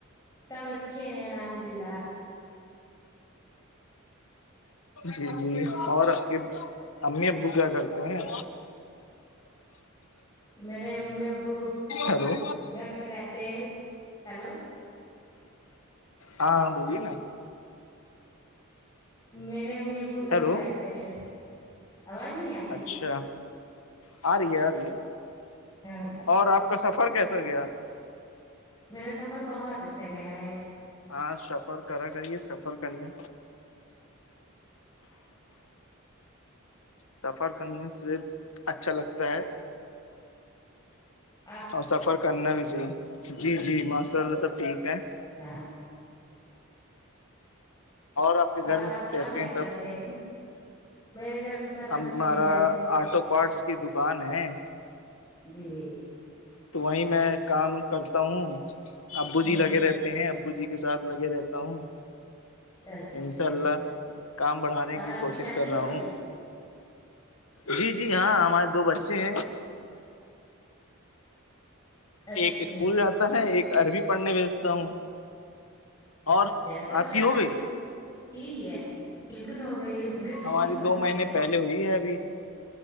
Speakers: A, on the left; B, on the left.
A: سب اچھے ہیں الحمد للہ
B: جی جی اور اپ کے امی ابو کیا کرتے ہیں
A: میرے امی ابو
B: ہیلو
A: گھر میں رہتے ہیں ہیلو
B: ہاں بولیے نا
A: میرے امی ابو گھر
B: ہیلو
A: میں رہتے ہیں آواز نہیں اتی
B: اچھا آ رہی ہے آ رہی ہے
A: ہاں
B: اور آپ کا سفر کیسا گیا
A: میرا سفر بہت اچھا گیا ہے
B: ہاں سفر کرا کریے سفر کرنے سفر کرنے سے اچھا لگتا ہے
A: <inaudible>
B: اور سفر کرنا بھی چاہیے جی جی ماشاء اللہ سب ٹھیک ہے
A: ہاں
B: آپ کے گھر
A: اور
B: میں
A: آپ کام
B: کیسے
A: کیا
B: ہیں
A: کرتے
B: سب
A: ہیں میرے گھر میں سب اچھے
B: ہمارا
A: ہیں
B: آٹو پارٹس کی دکان ہے
A: جی
B: تو وہیں میں کام کرتا ہوں ابو
A: ہوں
B: جی لگے رہتے ہیں ابو جی کے سھ لگے رہتا ہوں
A: اچھا
B: انشاء اللہ کام بڑھانے
A: اور
B: کی
A: آپ
B: کوشش
A: شادی
B: کر
A: ہو
B: رہا
A: گئی
B: ہوں جی جی ہاں ہمارے دو بچے ہیں
A: اچھا
B: ایک اسکول جاتا ہے ایک عربی پڑھنے بیچتا ہوں
A: اچھا
B: اور
A: کب
B: آپ
A: شادی
B: کی ہو گئی
A: یہی ہے بالکل ہو گئی ہے میرے تو
B: ہماری
A: تین بچے
B: دو مہینے
A: ہیں
B: پہلے ہوئی ہے ابھی